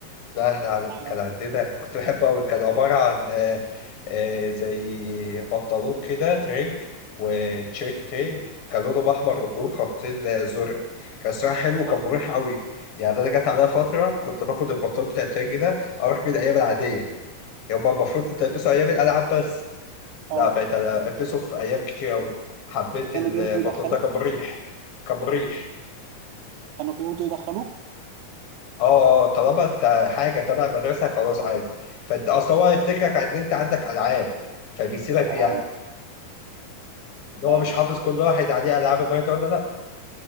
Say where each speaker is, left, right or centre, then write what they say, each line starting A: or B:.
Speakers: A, on the left; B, on the right.
A: لا احنا عن-
B: ما-
A: كان عندنا كنت بحبه قوي كان عبارة عن آه، آه، زي بنطلون كده ترينج وتيشيرت ترينج كان لونهم احمر وفوق خطين آه، زرق كان صراحة حلو وكان
B: اه
A: مريح قوي يعني انا جت عليا فترة كنت باخد البنطلون بتاع الترينج ده اروح بيه الايام العادية يوم ما المفروض كنت البسه ايام الالعاب بس لا
B: آه.
A: بقيت أنا البسه في ايام كتير قوي حبيت
B: كانوا
A: البنطلون
B: بيرضوا يدخلوه
A: ده كان مريح كان مريح
B: كانوا بيرضوا يدخلوه
A: اه اه طالما انت حاجه تبع المدرسه خلاص عادي فانت اصل هو هيفتكرك ان انت عندك العاب فبيسيبك
B: اه
A: بيها ان هو
B: ايوه
A: مش حافظ كل واحد عليه العاب النهارده ولا لا